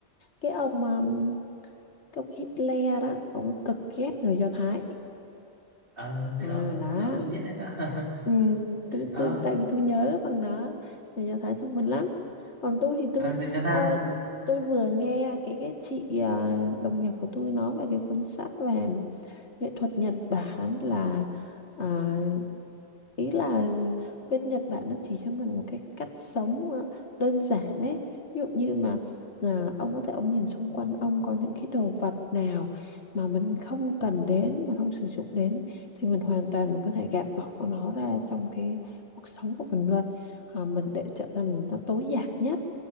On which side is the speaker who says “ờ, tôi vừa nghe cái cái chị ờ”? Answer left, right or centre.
Left